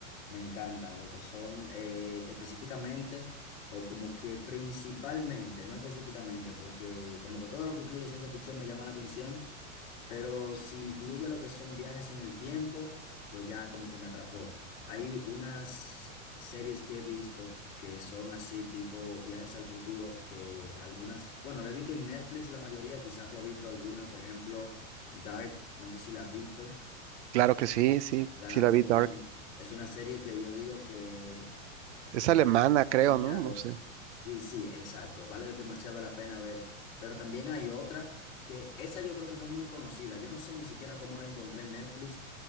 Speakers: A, on the left; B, on the right.
A: me encantan, lo que son eh, específicamente o como que principalmente, no específicamente, porque como que todo lo que incluye ciencia ficción me llama la atención, pero si incluye lo que son viajes en el tiempo, pues ya como que me atrapó. Hay unas series que he visto que son así tipo viajes al futuro, que algunas, bueno, la he visto en Netflix la mayoría, quizá tú has visto alguna, por ejemplo, Dark, no sé si la has visto.
B: Claro que sí, sí,
A: Claro,
B: sí la
A: claro,
B: vi Dark.
A: es un, es una serie que yo digo que
B: Es
A: Vale
B: alemana,
A: demasiado.
B: creo, ¿no? No sé.
A: Sí, sí, exacto. Vale demasiado la pena ver. Pero también hay otra que esa yo creo que no es muy conocida. Yo no sé ni siquiera cómo la encontré en Netflix,